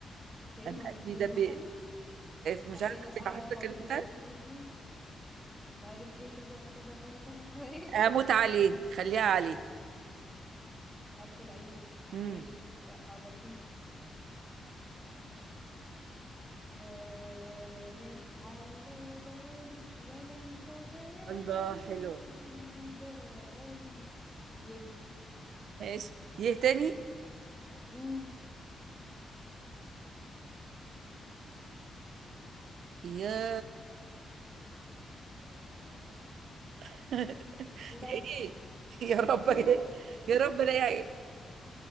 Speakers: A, in the centre; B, on the right.
A: هي
B: انا
A: م...
B: قلبي
A: هي
B: دق
A: مثلا
B: مش
A: لا
B: عارفه
A: ايه ده آه
B: انت عارفه
A: مش عارف
B: كلمتها
A: ايه كنت فيه ومش عارف ايه كذا كذا كذا كذا كذا ايه
B: هموت عليه خليها عليه
A: <laughs> حرف العين
B: امم
A: ماشي سهلة وبسيطة آه ماشي على بالي ولا انت داري
B: الله حلو
A: باللي جرالي يه
B: ماشي يه تاني
A: <laughs> امم
B: يا <laughs> يا
A: يا رب
B: ايه يا رب
A: يا
B: يا
A: رب
B: إيه؟ يا رب لا يع-